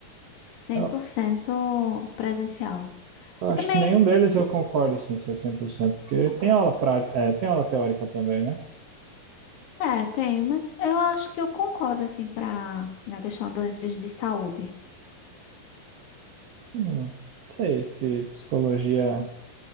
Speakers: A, on the left; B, on the right.
A: cem
B: eu,
A: por cento presencial.
B: eu
A: Eu
B: acho
A: também
B: que nenhum deles eu concordo, assim, ser 100%, Porque
A: concordo.
B: tem aula prática, é, tem aula teórica também, né?
A: É, tem, mas eu acho que eu concordo, assim, pra, na questão desses de saúde.
B: Hum, não sei se psicologia